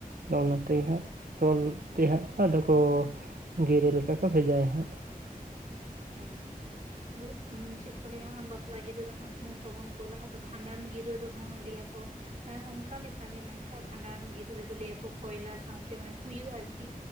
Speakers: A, on the right; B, on the right.
A: ᱫᱚ ᱚᱱᱟ ᱛᱮᱜᱮ
B: ᱦᱮᱸ
A: ᱦᱟᱸᱜ ᱛᱚᱞ ᱛᱮ ᱦᱟᱸᱜ ᱠᱚ ᱟᱫᱚ ᱠᱚ ᱜᱤᱨᱟᱹ ᱞᱮᱠᱟ ᱠᱚ ᱵᱷᱮᱡᱟᱭᱟ ᱦᱟᱸᱜ
B: ᱦᱮᱸ ᱟᱫᱚ ᱪᱮᱫ ᱠᱚ ᱞᱟᱹᱭᱟ ᱵᱟᱯᱞᱟ ᱜᱤᱨᱟᱹ ᱫᱚ ᱦᱟᱸᱜ ᱱᱚᱝᱠᱟ ᱵᱚᱱ ᱠᱳᱞᱟ ᱟᱫᱚ ᱵᱷᱟᱸᱰᱟᱱ ᱜᱤᱨᱟᱹ ᱫᱚᱦᱚᱸ ᱞᱟᱹᱭᱟᱠᱚ ᱚᱱᱠᱟ ᱞᱮᱠᱟᱜᱮ ᱢᱮᱱᱠᱷᱟᱱ ᱵᱷᱟᱸᱰᱟᱱ ᱜᱤᱨᱟ‌. ᱨᱮᱫᱚ ᱞᱟᱹᱭ ᱟᱠᱚ ᱠᱚᱭᱞᱟ ᱥᱟᱶᱛᱮ ᱢᱟᱱᱮ ᱠᱩᱭᱟᱹ ᱟᱨᱠᱤ